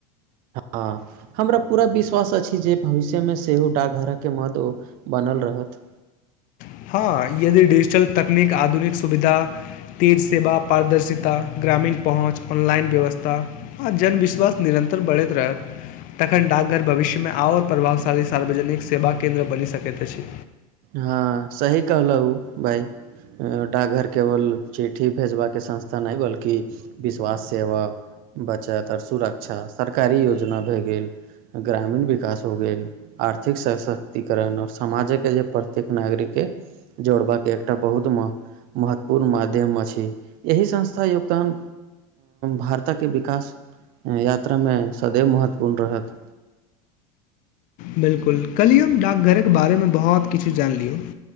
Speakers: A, on the right (about 50°); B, on the left (about 45°).
A: हँ हमरा पूरा विश्वास अछि जे भविष्यमे सेहो डाकघरक महत्व बनल रहत।
B: हँ, यदि डिजिटल तकनीक, आधुनिक सुविधा। तेज सेवा, पारदर्शिता, ग्रामीण पहुँच आ ऑनलाइन व्यवस्था। आ जनविश्वास निरन्तर बढ़ैत रहत। तखन डाकघर भविष्यमे आओर प्रभावशाली सार्वजनिक सेवा केन्द्र बनि सकैत अछि।
A: हँ सही कहलहु भइ डाकघर केवल चिट्ठी भेजबाके संस्था नहि बल्कि विश्वास सेवा बचत और सुरक्षा सरकारी योजना भए गेल ग्रामीण विकास हो गेल आर्थिक सशक्तिकरण और समाजके जे प्रत्येक नागरिक के जोड़बाक एकटा बहुत महत्व महत्वपूर्ण माध्यम अछि एहि संस्था योगदान भारत के विकास यात्रामे सदैव महत्वपूर्ण रहत
B: बिल्कुल कलही हम डाकघरके बारेमे बहुत किछु जानलियौ